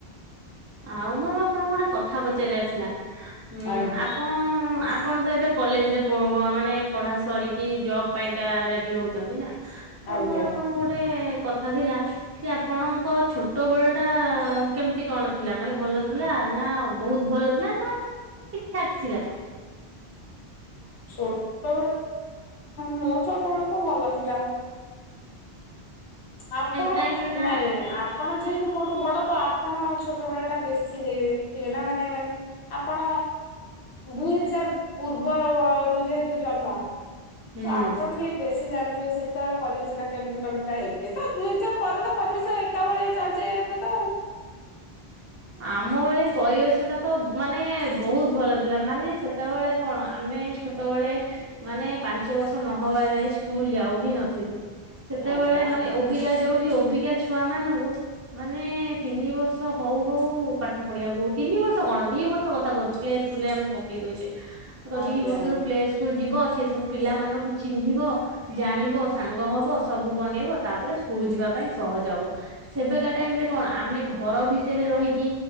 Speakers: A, on the right; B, on the left.
A: ଆଉ ମୋର ଆପଣଙ୍କୁ ଗୋଟେ କଥା ପଚାରିବାର ଥିଲା ଉଁ
B: ଆଜ୍ଞା
A: ଆପଣ ଆପଣ ତ ଏବେ କଲେଜ ରେ ମାନେ ପଢା ସରିକି ଜବ ପାଇଁକା ରେଡି ହଉଛନ୍ତି ନା। ତମୋର
B: ଆଜ୍ଞା।
A: ଆପଣଙ୍କୁ ଗୋଟେ କଥା ଥିଲା କି ଆପଣଙ୍କ ଛୋଟ ବେଳ ଟା କେମିତି କଣ ଥିଲା ମାନେ ଭଲ ଥିଲା ନା ବହୁତ ଭଲ ଥିଲା ନା ଠିକ ଠାକ୍ ଥିଲା।
B: ଛୋଟବେଳ ମୋ ଛୋଟବେଳ ତ ଭଲ ଥିଲା। ଆପଣ ନାଇଁ
A: କାହିଁକି ନା
B: ନାଇଁ ଆପଣ ଯେହେତୁ ମୋଠୁ ବଡ ତ ଆପଣ ଛୋଟ ବେଳ ଟା ବେଶୀ ଦେଇ ଦେଖୀଥିବେ ନା ମାନେ ମାନେ। ଆପଣ ଦୁଇ ହଜାର ପୂର୍ବ ରୁ ଯେହେତୁ ଜନ୍ମ।
A: ହୁଁ
B: ତ ଆପଣ ଟିକେ ବେଶୀ ଜାଣିଥିବେ ସେତେବେଳେ ପରିବେଶ ଟା କେମିତି କଣ ଥିଲା ଏବେ ଏ ତ ଦୁଇ ହଜାର ପରେ ତ ପରିବେଶ ଏକା ଭଳିଆ ଚାଲିଛି ଏବେ ତ ଆଉ।
A: ଆମ ବେଳେ। ପରିବେଶଟା ତ ମାନେ ବହୁତ ଭଲ ଥିଲା ମାନେ ସେତେବେଳେ କଣ ଆମେ ଛୋଟବେଳେ ମାନେ ପାଞ୍ଚ ବର୍ଷ ନହବା ଯାଇ ସ୍କୁଲ ଯାଉ ହିଁ ନଥିଲୁ। ସେତେବେଳେ
B: ଆଜ୍ଞା
A: ମାନେ ଓବିକା ଯୋଉଠି ଓବିକା ଛୁଆ ମାନଙ୍କୁ। ମାନେ ତିନି ବର୍ଷ ହଉ ହଉ ପାଠ ପଢିବାକୁ ତିନି ବର୍ଷ କଣ ଦି ବର୍ଷ କଥା କହୁଚୁ ପ୍ଲେ ସ୍କୁଲରେ ଆମେ ପକେଇ ଦଉଚେ ତ
B: ଆଜ୍ଞା
A: ଦି ବର୍ଷରୁ
B: ଆଜ୍ଞା
A: ପ୍ଲେ ସ୍କୁଲ ଯିବ ସେ ସବୁ ପିଲାମାନଙ୍କୁ ଚିହ୍ନିବ। ଜାଣିବ ସାଙ୍ଗ ହବ ସବୁ ବନେଇବ ତାପରେ ସ୍କୁଲ ଯିବା ପାଇଁ ସହଜ ହବ ସେବେକା ଟାଇମରେ କଣ ଆମେ ଘର ଭିତରେ ରହିକି